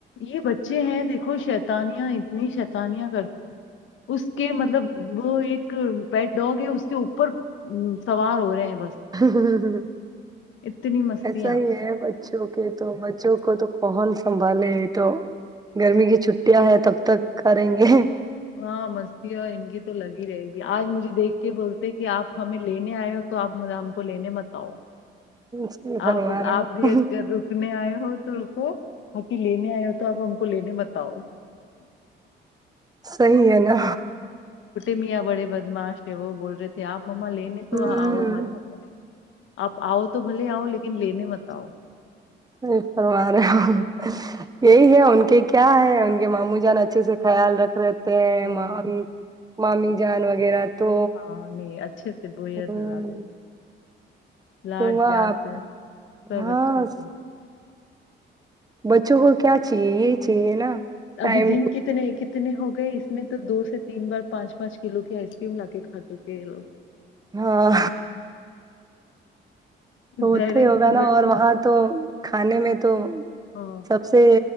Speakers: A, on the left; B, on the right.
A: یہ بچے ہیں دیکھو شیتانیاں اتنی شیت انیہ کر اس کے مطلب وہ ایک پیٹ ڈاگ ہے اس کے اوپر سوار ہو رہے ہیں بس
B: ہ ہ
A: اتنی مستیاں
B: ایسا ہی ہے بچوں کے تو بچوں کو تو کون سنبھالے ا تو گرمی کی چھٹیاں ہے تب تک کریں گے
A: ہاں مست ہے ان کی تو لگ ہی رہے گی آج مجھے دیکھ کے بولتے کہ آپ ہمیں لینے آئے ہو تو آپ ہم کو لینے متؤ
B: صحیح فرما
A: آپ
B: رہے
A: آپ بھی اگر
B: ہو
A: رکنے آئے ہو تو تو باقی لینے آئے ہو تو آپ ہم کو لینے بتاؤ
B: صحی ہے نا
A: میاں بڑے بدماش ہے وہ بول رہے تھے آپ ما لےنے تو
B: ہوں
A: آ مز ہے <inaudible> آپ آؤ تو بھلے آؤ لیکن لینے مت آؤ
B: نہیں پرو رہے <inaudible> یہی ہے ان کے کیا ہے ان کے ماموں جان اچھے سے خیال رکھ رہے تھ تو
A: ہاں
B: <inaudible> مامی جان وغیرہ تو
A: ہاں نہیں اچھے سے بویا
B: ہوں
A: تو زیادہ لاڈ
B: تو وہ
A: پیار
B: آپ
A: سے سب
B: ہاں
A: اچھے سے
B: بچوں کو کیا چاہیے یہی چاہیے نا ٹائم
A: ابھی دن کتنے کتنے ہو گئے اس میں تو دو سے تین بار پانچ پانچ کلو کی آئس کریم لا کے کھا چکے ہیں لوگ
B: ہاں وہ
A: ڈائریکٹ
B: تو ہی ہوگا
A: پورا
B: نا اور وہاں تو کھانے میں تو
A: ہاں
B: سب سے